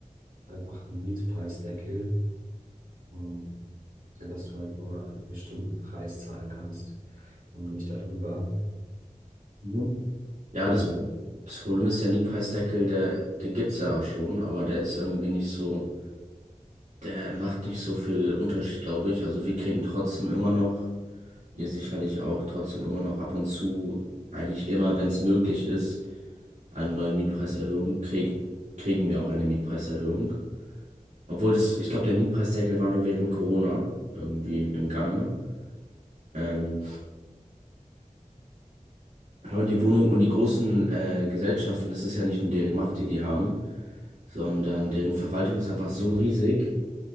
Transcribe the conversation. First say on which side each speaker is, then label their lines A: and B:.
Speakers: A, on the right (about 85°); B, on the right (about 65°).
A: einfach ein Mietpreisdeckel, ähm, sodass du halt nur einen bestimmten Preis zahlen kannst und nicht darüber.
B: Mhm. Ja,
A: Ähm,
B: das, Pro- das Problem ist, der Mietpreisdeckel, der, den gibt's ja schon, aber der ist irgendwie nicht so, der macht nicht so viel Unterschied, glaube ich. Also wir kriegen trotzdem immer noch, ihr sicherlich auch, trotzdem immer noch ab und zu, eigentlich immer, wenn es möglich ist, eine neue Mietpreiserhöhung, krieg, kriegen wir auch eine Mietpreiserhöhung. Obwohl das, ich glaube, der Mietpreisdeckel war nur während Corona irgendwie im Gange. Ähm, Ja, Und die Wohnung und die großen äh, Gesellschaften, das ist ja nicht nur deren Macht, die die haben, sondern deren Verwaltung ist einfach so riesig,